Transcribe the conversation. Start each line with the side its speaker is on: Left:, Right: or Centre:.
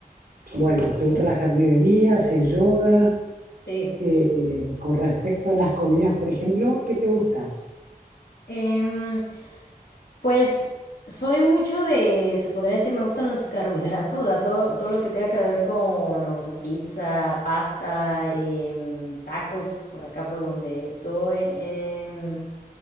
Right: bueno, ¿te gusta la jardinería? ¿Haces yoga?
Left: sí.
Right: Eh, con respecto a las comidas, por ejemplo, ¿qué te gusta?
Left: Em, pues soy mucho de, se podría decir, me gustan los carbohidratos, o sea, todo, todo lo que tenga que ver con, no sé, pizza, pasta, em, tacos, por acá por donde estoy. em,